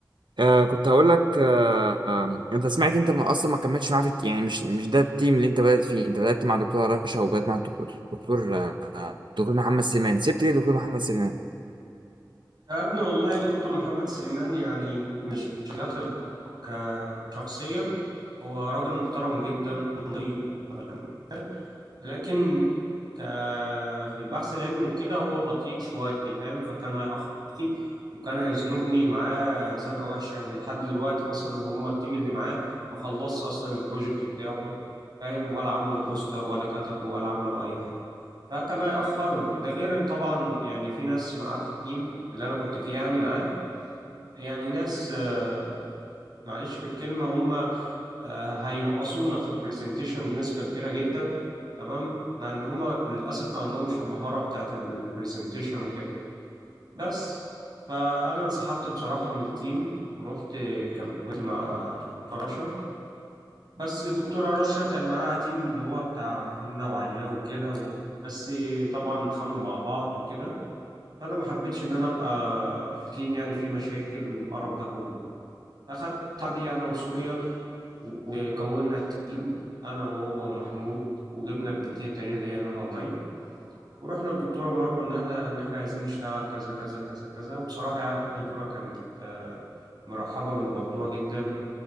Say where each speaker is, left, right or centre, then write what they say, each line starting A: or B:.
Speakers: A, on the right; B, on the right.
A: آه كنت هقول لك آه آه، انت سمعت انت ما اصلا ما كملتش معاه في الت- يعني مش مش ده التيم اللي انت بدأت فيه انت بدأت مع دكتور رشا وبدأت مع الدكتور دكتور آه، دكتور محمد سليمان سبت ليه دكتور محمد سليمان
B: يا ابني والله دكتور محمد سليمان يعني من الشخصيات اللي بحبها شخصيا هو راجل محترم جدا وطيب وخلاق. ولكن ك... في البحث العلمي وكده هو بطيء شوية فاهم فكان هيأخرني وكان هيزنقني معاه زنقة وحشة يعني لحد دلوقتي مثلا هما التيم اللي معاه ما خلصش أصلا البروجكت بتاعه فاهم ولا عملوا بوستر ولا كتبوا ولا عملوا أي حاجة فكان هيأخرني ده غير إن طبعا يعني في ناس معاه في التيم اللي أنا كنت فيه يعني معاه يعني ناس آه، معلش في الكلمة هم آه، هينقصونا في البرزنتيشن بنسبة كبيرة جدا تمام لأن هم للأسف ما عندهمش المهارة بتاعت البرزنتيشن وكده بس فأنا انسحبت بصراحة من التيم ورحت كملت مع دكتورة رشا بس دكتورة رشا كان معاها تيم اللي هو بتاع هنا وعليا وكده و... بس طبعا اتخانقوا مع بعض وكده فأنا ما حبيتش إن أنا أبقى في تيم يعني فيه مشاكل والقرف ده كله أخدت بعضي أنا وسوريال وكونا التيم أنا وهو ومحمود وجبنا البنتين التانيين اللي هي نهى ومي ورحنا للدكتورة مروة إن إحنا إن إحنا عايزين نشتغل كذا كذا كذا كذا وبصراحة يعني الدكتورة كانت آه، مرحبة بالموضوع جدا